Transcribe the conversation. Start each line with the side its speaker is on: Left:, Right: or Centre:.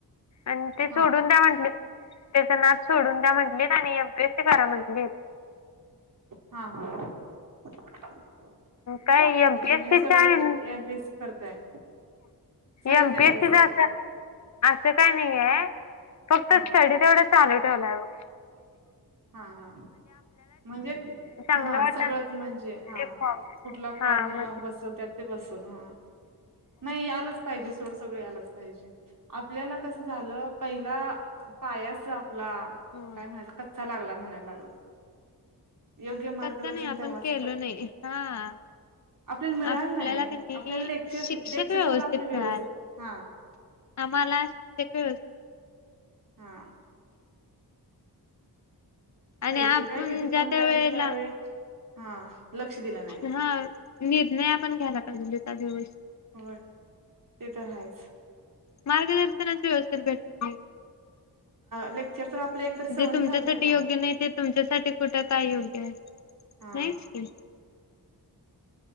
Left: आणि ते सोडून
Right: हा
Left: द्या म्हंटले त्याच नाद सोडून द्या म्हंटलेत आणि एमपीएस करा म्हटलेत.
Right: हा <unintelligible>
Left: काय एम
Right: मग तुम्ही
Left: पीसीच
Right: सगळेच
Left: आहे
Right: एमपीएससी करताय सगळेच
Left: एम
Right: एमपीएससी
Left: पीसीचा
Right: करताय
Left: काय नाही आहे फक्त
Right: हा
Left: स्टडी तेवढा चालू ठेवलाय ब
Right: हा हा म्हणजे
Left: चांगलं
Right: हा
Left: वाटल
Right: सगळंच म्हणजे हा
Left: ते फॉर्म
Right: कुठला
Left: हा
Right: फॉर्म
Left: म्हणजे
Right: बसल त्यात बसल हा नाही यालाच पाहिजे सोड सगळं आलाच पाहिजे आपल्याला कसं झालं पहिला पायाच आपला
Left: होय
Right: काय म्हणा लागला म्हणायला लागल योग्य मार्गदर्शन
Left: कसं नाही आपण
Right: तेव्हाच
Left: केलो नाही हा
Right: आपल्याला मिळाल
Left: आपल्याला
Right: नाही
Left: कणी
Right: आपल्याला लेक्चर
Left: शिक्षक
Right: लेक्चर
Left: व्यवस्थित
Right: झालं आपलं व्यवस्थित
Left: मिळाले
Right: हा
Left: आम्हाला शिक्य कळू श
Right: हा
Left: आणि
Right: पैसे
Left: आपण
Right: काय किती
Left: ज्या
Right: पण
Left: त्या
Right: जाऊते
Left: वेळेला
Right: त्यावेळे हा लक्ष दिलं नाही
Left: हा निर्णय पण घ्यायला पाहिजे त्या दिवस
Right: होय ते तर आहेयच
Left: मारगदर्शनच व्यवस्थल भट
Right: लेक्चर तर आपलं एक तर सवनी
Left: जे तुमच्यासाठी
Right: झालतं का
Left: योग्य नाही ते तुमच्यासाठी कुठे काय योग्य आहे
Right: हा
Left: नाहीच की